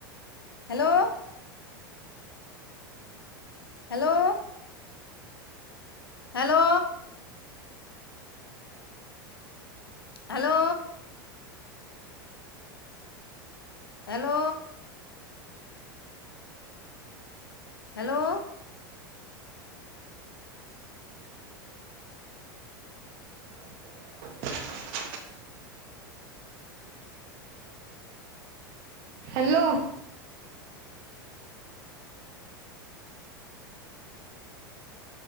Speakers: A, on the left; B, on the right.
A: Hello. Hello. Hello. Hello. Hello. Hello.
B: हा ह हॅलो,